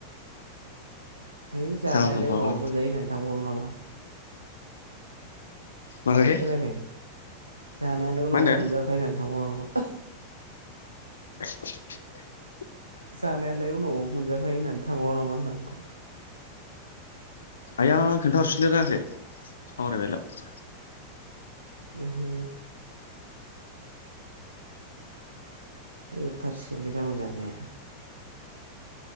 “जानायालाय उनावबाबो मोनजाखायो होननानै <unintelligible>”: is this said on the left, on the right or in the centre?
Right